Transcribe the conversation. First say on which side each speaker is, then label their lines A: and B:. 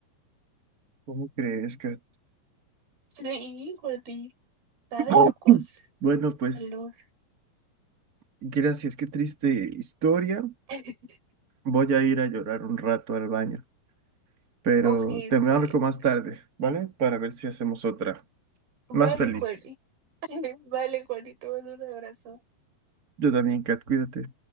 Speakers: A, on the right; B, on the right.
A: ¿Cómo crees que?
B: Sí, Jordi, está
A: <clears throat>
B: de
A: ¡Oh!
B: locos.
A: Bueno, pues,
B: Aló.
A: gracias, qué triste historia.
B: <laughs>
A: Voy a ir a llorar un rato al baño, pero
B: Ok, estoy
A: te marco
B: bien.
A: más tarde, ¿vale? Para ver si hacemos otra
B: Vale,
A: más feliz.
B: Jordi. <laughs> Vale, Jordi, te mando un abrazo.
A: Yo también, Kat, cuídate.